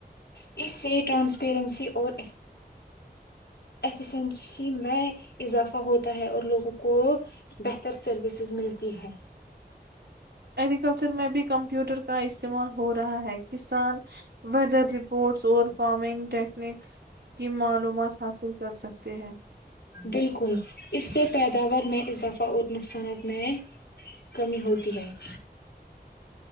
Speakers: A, on the left (about 75°); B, on the right (about 75°).
A: اس سے ٹرانسپیرنسی اور ایفیسینسی میں اضافہ ہوتا ہے اور لوگوں کو بہتر سروسز ملتی ہے
B: ایگریکلچر میں بھی کمپیوٹر کا استعمال ہو رہا ہے کسان ویدر رپورٹس اور فارمنگ ٹیکنکس کی معلومات حاصل کر سکتے ہیں
A: بالکل اس سے پیداوار میں اضافہ اور نقصانات میں کمی ہوتی ہے <inaudible>